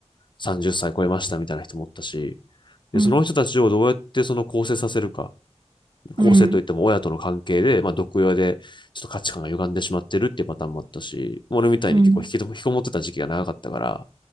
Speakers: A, on the left; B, on the right.
A: 30歳超えましたみたいな人もおったし、で、
B: うん。
A: その人たちをどうやってその構成させるか、構成といっても親との関係で、
B: うん。
A: まあ、毒親でちょっと価値観が歪んでしまってるっていうパターンもあったし、俺みたいに結構引きも引きこもってた時期が長かったから、
B: うん。